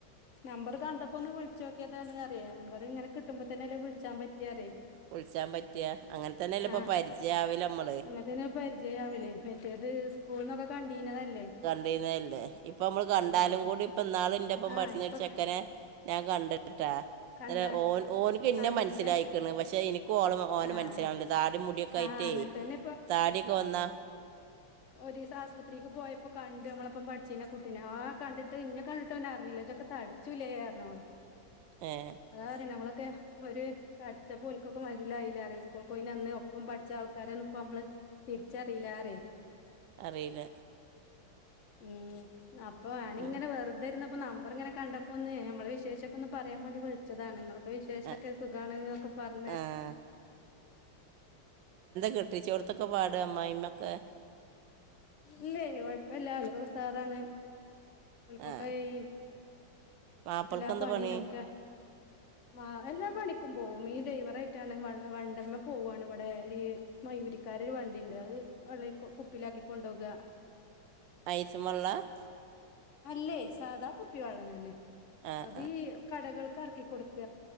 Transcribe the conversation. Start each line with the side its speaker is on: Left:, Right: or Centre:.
Left: നമ്പർ കണ്ടപ്പോൊ ഒന്ന് വിളിച്ച നോക്കിയതാണ് അിയ നമ്പ ഇങ്ങനെ കിട്ടുമ്പോ തന്നെ അല്ലേ വിളിച്ചാ പറ്റിയാറേ
Right: വിളിച്ചാൻ പറ്റിയ അങ്ങനെ തന്നെല്ല ഇപ്പൊ
Left: ആഹ്
Right: പരിചയവില്ല നമ്മള്
Left: അങ്ങനത്തന്നെ പരിചയാവലേ മറ്റേത് സ്കൂളന്നൊക്കെ കണ്ടീനതല്ലേ
Right: ുന്നല്ലേ ഇപ്പൊ നമ്മള് കണ്ടാലും
Left: ആഹ്
Right: കൂടി ഇപ്പ ഇാള ഇന്റെപ്പ
Left: ആഹ്
Right: പഠിച്ച
Left: ഇപ്പൊ
Right: ചക്കനെ ഞാൻ കണ്ടിട്ടാ
Left: കണ്ട
Right: അല്ല ഓ ഓനക്ക് ഇന്നെ
Left: അറിയില്ല
Right: മനസ്സിലായിണ് പക്ഷെനി ഓള ഓന
Left: ആഹ്
Right: മനസ്സിലാവില്ല താടി മുടിയൊക്കെ ആയിട്ടേ
Left: ആഹ് അങ്ങനെ തന്നെ
Right: താടിയൊക്കെ വന്നാ
Left: ഒരേസം ആശുപത്രിക്ക് പോയപ്പോ കണ്ട് നമ്മളപ്പം പഠിച്ചഞ്ഞ കുട്ടിനെ ആഹ കണ്ടി് ന്നേ കണ്ടിട് ഓനറഞ്ഞില്ല ആ തടിചൂലേ പറഞ്ഞോള്
Right: ഏഹ്
Left: അതാ പറ നമ്മളൊക്കെ ഒരു തടിച്ച പോല ക്കൊക്കെ മനസ്സിലായില്ല ആ സ്കൂൾ കോയി അന്ന് ഒപ്പം പഠിച്ച ആൾക്കാരന്ന ഇപ്പ നമ്മള് തിരിച്ചറിയില്ല ആരേ
Right: അറിയില്ല
Left: ഉം അപ്പൊ ഞാന
Right: ഉം
Left: ഇങ്ങനെ വെറുതെ പ്പ നമ്പർ ഇങ്ങനെ കണ്ടപ്പോ ഒന്ന് നമ്മെളെ വിശേഷൊക്കെ ഒന്ന് പറയാൻതിി വിളിച്ചതാണ് നിങ്ങളെ െ വിശേഷൊക്കെ
Right: ആഹ്
Left: സുഖമാണ്ൊക്കെ പറഞ്ഞ്
Right: ആഹ് കെട്ടി ചോടത്തൊക്കെ പാട അമ്മ ഇമ്മൊക്കെ
Left: ഇല്ലേ കൊഴപ്പല്ല ഓക്കൊക്കെ സാറാണ് അവൽക്കൊക്കെ
Right: ആഹ്
Left: ഏ
Right: മാപ്പിളക്ക്
Left: എല്ലാ
Right: എന്താ
Left: പണിയൊക്കെ
Right: പണി
Left: ആ എല്ലാ പണിക്കും പോവുംും ഈ ഡൈവറ ആയിട്ടാണ് വ വണ്ടമ്മ പോവാണ് ഇവിടെ ഈ മ ജീവരിക്കാരരു വണ്ടിുണ്ട് അത് വെള്ള കുപ്പിലാക്കി കൊണ്ടോക
Right: അയിസും വെള്ള <unintelligible>
Left: അല്ലേ സാധാ കുപ്പി വെള്ളം തന്നെ
Right: ആഹ്
Left: അതി കടകൾക്ക് എറക്കി കൊടുക്ക